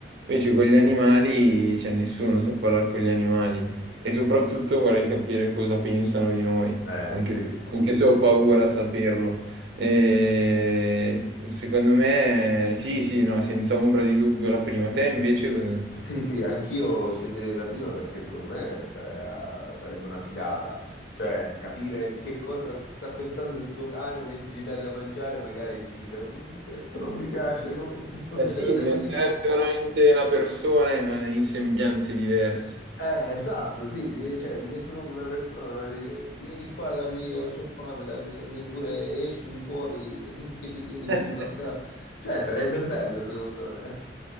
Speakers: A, on the right; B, on the left.
A: Invece con gli animali, cioè nessuno sa parlare con gli animali e soprattutto vorrei capire cosa pensano di noi,
B: Eh,
A: anche
B: sì,
A: anche se ho paura a saperlo. E secondo me, sì, sì, no, senza ombra di dubbio la prima. Te invece cosa?
B: Sì, sì, anch'io sceglierei la prima perché secondo me sare- sarebbe una figata, cioè capire che cosa sta pensando il tuo cane mentre gli dai da mangiare, magari ti dice "Mm, questo non mi piace, come, <laughs> come
A: Eh sì,
B: te lo devo
A: Diventerebbe
B: dire?
A: veramente una persona in, in sembianze diverse.
B: Eh, esatto, sì, div- cioè, diventa proprio una persona, di- vieni qua, dammi, ho c'ho fame, dammi, dammi pure escimi fuori <laughs> che mi tieni
A: <laughs>
B: chiuso a casa, cioè sarebbe bello secondo me,